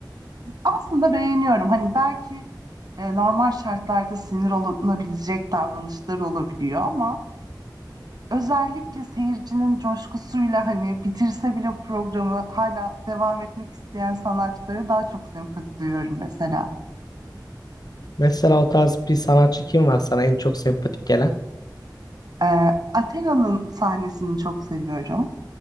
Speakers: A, on the right; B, on the left.
A: Aslında beğeniyorum. Hani belki e, normal şartlarda sinir olunabilecek davranışlar olabiliyor ama Özellikle seyircinin coşkusuyla hani bitirse bile programı hala devam etmek isteyen sanatçılara daha çok sempati duyuyorum mesela.
B: Mesela o tarz bir sanatçı kim var sana en çok sempatik gelen?
A: Ee, Athena'nın sahnesini çok seviyorum.